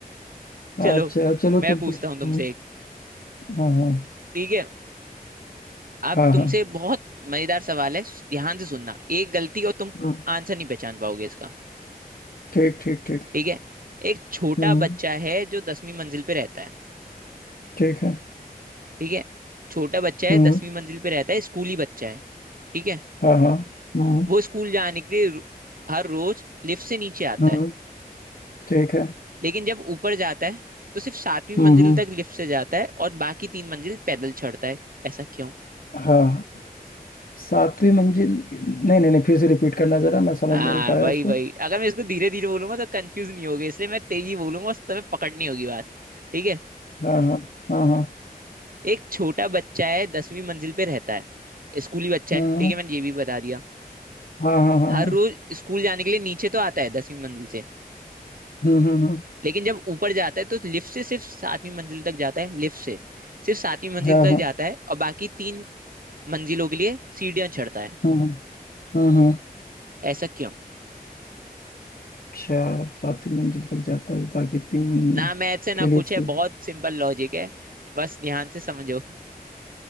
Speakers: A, on the right (about 65°); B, on the left (about 65°).
A: <laughs>
B: अच्छा
A: चलो
B: चलो
A: मैं
B: तुम
A: पूछता
B: पूछो
A: हूँ तुमसे
B: हम्म,
A: एक
B: हाँ हाँ
A: ठीक है अब
B: हाँ
A: तुमसे
B: हाँ
A: बहुत मजेदार सवाल है ध्यान से सुनना एक गलती और तुम
B: हम्म,
A: आंसर नहीं पहचान पाओगे इसका
B: ठीक ठीक ठीक
A: ठीक है एक छोटा
B: हम्म
A: बच्चा है जो दसवीं मंजिल पे रहता है
B: ठीक है
A: ठीक है छोटा बच्चा है
B: हम्म
A: दसवीं मंजिल पे रहता है स्कूली बच्चा है ठीक है
B: हाँ हाँ हम्म
A: वो स्कूल जाने के लिए रो- हर रोज लिफ्ट से नीचे आता
B: हम्म
A: है
B: ठीक है
A: लेकिन जब ऊपर जाता है तो सिर्फ सातवीं
B: हम्म
A: मंजिल तक लिफ्ट से जाता है और बाकी तीन मंजिल पैदल चढ़ता है ऐसा क्यों
B: हाँ सातवीं मंजिल नहीं नहीं नहीं फिर से रिपीट करना जरा मैं समझ
A: हाँ
B: नहीं पाया
A: वही
B: इसको
A: वही अगर मैं इसको धीरे धीरे बोलूंगा तो कंफ्यूज नहीं होगे इसलिए मैं तेजी बोलूंगा तुम्हें पकड़नी होगी बात ठीक है
B: हाँ हाँ हाँ हाँ
A: एक छोटा बच्चा है दसवीं मंजिल पे रहता है स्कूली बच्चा
B: हम्म
A: है ठीक है मैंने ये भी बता दिया
B: हाँ हाँ हाँ
A: हर
B: हाँ
A: रोज स्कूल जाने के लिए नीचे तो आता है दसवीं मंजिल से
B: हम्म हम्म हम्म,
A: लेकिन जब ऊपर जाता है तो लिफ्ट से सिर्फ सातवीं मंजिल तक जाता है लिफ्ट से सिर्फ सातवीं मंजिल
B: हाँ
A: तक
B: हाँ
A: जाता है और बाकी तीन मंजिलों के लिए सीढ़ियां चढ़ता है
B: हम्म हम्म हम्म, हम्म।
A: ऐसा क्यों
B: अच्छा सातवीं मंजिल तक जाता है बाकी तीन
A: ना मैथ्स है ना
B: के लिए
A: कुछ
B: से-
A: है बहुत सिंपल लॉजिक है बस ध्यान से समझो और